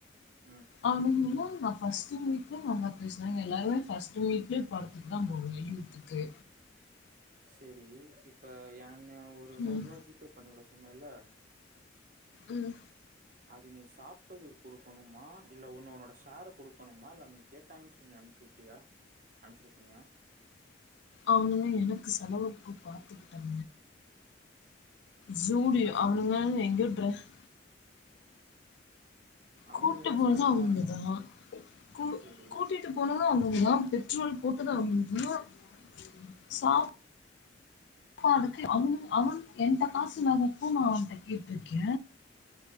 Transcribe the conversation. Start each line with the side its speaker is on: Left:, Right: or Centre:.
Right: ம்
Left: அவங்கள ஃபர்ஸ்ட் மீட்ல நல்ல பேசினாங்க எல்லாருமே ஃபர்ஸ்ட் மீட்லயே படத்துக்கு தான் போவீங்கன்னு இருக்கு
Right: சரி இப்ப ஏன் நீ ஒரு நூறு
Left: ம்,
Right: ரூபா ஜி பே பண்ணவிடு சொன்னல
Left: உம்
Right: அது நீ சாப்பிட்டது கொடுக்கணுமா இல்ல ஒன்னு உன்னோட ஷேர கொடுக்கணுமா இல்லை நீங்க கேட்டாங்கன்னு சொல்லி அனுச்சு விட்டயா அனுச்சுட சொன்னியா
Left: அவனதா எனக்கு செலவுக்கு <inaudible> சூடி
Right: என்ன செலவு
Left: அவனுங்க
Right: பண்ணானுங்க?
Left: எங்கயோ டிரஸ்ட்
Right: அவனுங்க
Left: கூட்டு
Right: என்ன
Left: போனதா
Right: செலவு பண்ணானுங்க
Left: அவங்கதா
Right: உனக்கு?
Left: கூ
Right: சரி.
Left: கூட்டிட்டு போனதா அவங்கதா பெட்ரோல் போட்டுதா அவங்கதா உ சா அப்ப அதுக்கு அவனு அவன் எந்த காசு இல்லாத ப்போ நா அவன்ட்ட கேட்டு இருக்க